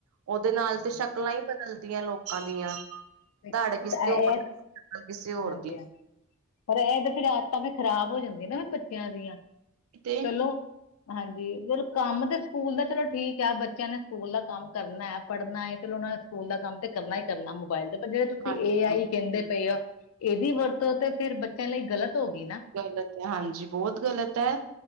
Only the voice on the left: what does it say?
ਹਾਂਜੀ
ਦੇਖੋ
ਫਿਰ
ਇਹ
ਹਾਂਜੀ
ਪਰ ਇਹ ਤੇ ਫਿਰ ਆਦਤਾਂ ਫੇ ਖ਼ਰਾਬ ਹੋ ਜਾਂਦੀ ਨਾ ਬੱਚਿਆਂ ਦੀਆਂ
ਚਲੋ। ਹਾਂਜੀ ਚਲ ਕੰਮ ਤੇ ਸਕੂਲ ਦਾ ਚਲੋ ਠੀਕ ਹੈ ਬੱਚਿਆਂ ਨੇ ਸਕੂਲ ਦਾ ਕੰਮ ਕਰਨਾ ਹੈ ਪੜ੍ਹਨਾ ਹੈ ਚਲੋ ਉਹਨਾਂ ਸਕੂਲ ਦਾ ਕੰਮ ਤੇ ਕਰਨਾ ਹੀ ਕਰਨਾ ਮੋਬਾਇਲ। ਤੇ ਜਿਹੜੇ ਤੁਸੀਂ
ਏ ਆਈ ਕਹਿੰਦੇ ਪਏ ਹੋ ਇਹਦੀ ਵਰਤੋਂ ਤੇ ਫੇਿਰ ਬੱਚਿਆਂ ਲਈ ਗ਼ਲਤ ਹੋ ਗਈ ਨਾ।